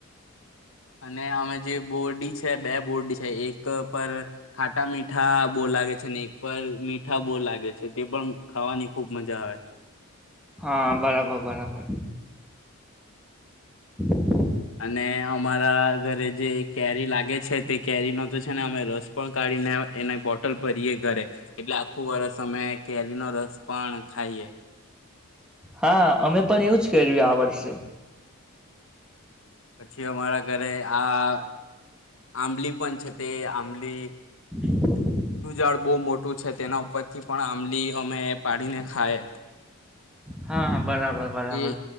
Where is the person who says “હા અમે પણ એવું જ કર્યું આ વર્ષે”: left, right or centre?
Centre